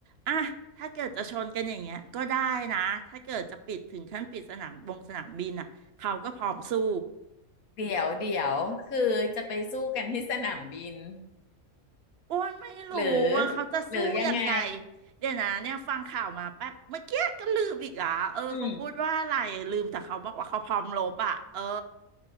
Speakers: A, on the right; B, on the left.
A: อ่ะถ้าเกิดจะชนกันอย่างเงี้ยก็ได้นะถ้าเกิดจะปิดถึงขั้นปิดสนามบงสนามบินอ่ะเขาก็พร้อมสู้
B: เดี๋ยวเดี๋ยวคือจะไปสู้กันที่สนามบิน
A: อ้วนไม่รู้ว่าเขาจะสู้ยังไง
B: หรือหรือยังไง
A: เดี๋ยวนะเนี่ยฟังข่าวมาแป๊บเมื่อกี้ก็ลืมอีกอ่ะเออเขาพูดว่าอะไร
B: อืม
A: ลืมแต่เขาบอกว่าเขาพร้อมรบอ่ะเออ